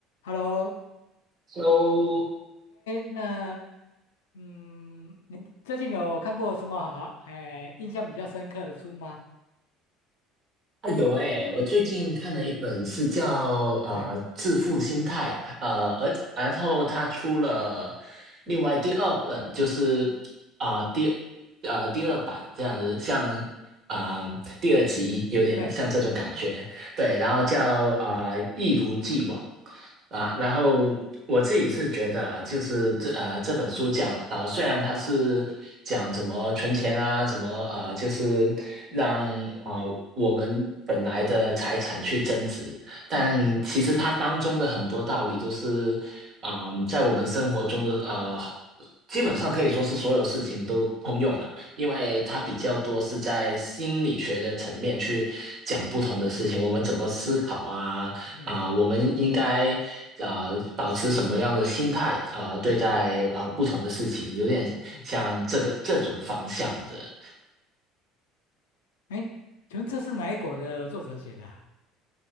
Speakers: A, on the left; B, on the right.
A: Hello，OK，
B: So
A: 那嗯，您最近有看过什么好，哎，印象比较深刻的书吗？
B: 啊有诶，我最近看了一本是叫呃《致富心态》，
A: 哎，
B: 呃，而然后他出了另外第二本，就是啊、呃第呃第二版这样子，像啊、呃第二集有点像这种感觉。
A: 对，是，
B: 对，然后叫啊、呃一如既往啊、然后我自己是觉得啦，就是这呃这本书讲啊、呃虽然它是讲怎么存钱啊，怎么呃就是让啊我们本来的财产去增值，但其实它当中的很多道理都是啊在我们生活中的呃
A: 嗯嗯嗯，
B: 基本上可以说是所有事情都通用了。因为它比较多是在心理学的层面去讲不同的事情，
A: 真的
B: 我们怎么思考啊，
A: 嗯嗯
B: 啊、我们应该啊、保持什么样的心态啊、对待啊、
A: 嗯嗯
B: 不同的事情，有点像这个这种方向的。
A: 嗯，嗯哎，请问这是哪一国的作者写的啊？